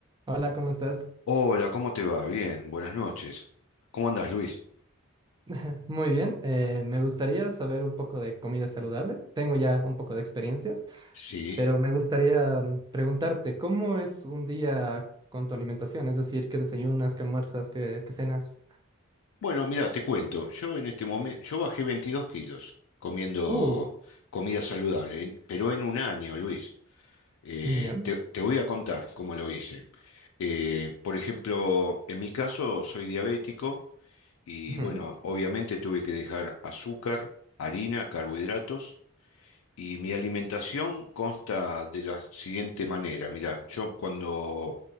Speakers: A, on the right; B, on the left.
A: Hola, ¿cómo estás?
B: Hola, ¿cómo te va? Bien, buenas noches. ¿Cómo andás, Luis?
A: <laughs> Muy bien, eh, me gustaría saber un poco de comida saludable. Tengo ya un poco de experiencia,
B: Sí.
A: pero me gustaría mm, preguntarte, ¿cómo es un día con tu alimentación? Es decir, ¿qué desayunas, qué almuerzas, qué, qué cenas?
B: Bueno, mira, te cuento. Yo en este momento, yo bajé 22 kilos comiendo
A: Uh,
B: comida saludable, en- pero en un año, Luis. Eh,
A: ya.
B: te, te voy a contar cómo lo hice. Eh, por ejemplo, en mi caso soy diabético y
A: ujú,
B: bueno, obviamente tuve que dejar azúcar, harina, carbohidratos Y mi alimentación consta de la siguiente manera. Mira, yo cuando